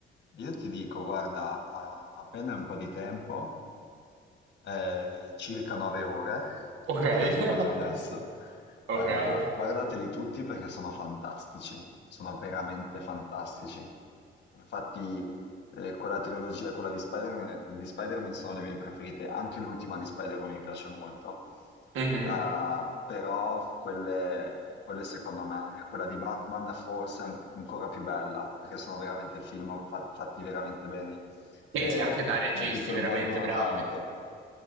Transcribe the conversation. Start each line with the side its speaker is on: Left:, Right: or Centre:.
Left: Io ti dico, guarda, a- appena un po' di tempo, eh, circa nove ore,
Right: Ok.
Left: <laughs>
Right: <laughs>
Left: te lo dico già adesso,
Right: Ok.
Left: eh, guardateli tutti perché sono fantastici, sono veramente fantastici. Infatti, eh, quella trilogia e quella di Spider-Man di Spider-Man sono le mie preferite, anche l'ultima di Spider-Man mi piace molto,
Right: Mhm.
Left: Uh, però quelle, quelle secondo me, quella di Batman forse è an- ancora più bella, perché sono veramente film fa- fatti veramente bene e,
Right: Sì, sì, anche da registi
Left: e ti coinvolgono
Right: veramente bravi.
Left: tanto